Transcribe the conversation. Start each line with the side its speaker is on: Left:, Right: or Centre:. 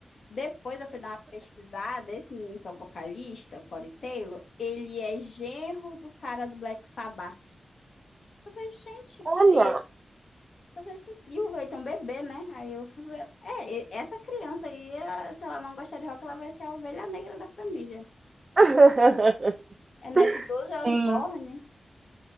Left: Depois eu fui dar uma pesquisada, esse menino que é o vocalista, o Corey Taylor, ele é genro do cara do Black Sabbath. Eu falei, gente, que...
Right: Olha.
Left: e, ele- eu falei assim, e o Eitan bebê, né? Aí eu fui ver, é, e- essa criança aí, eh, se ela não gostar de rock, ela vai ser a ovelha negra da família.
Right: <laughs>
Left: É neto do Ozzy
Right: Sim.
Left: Osbourne?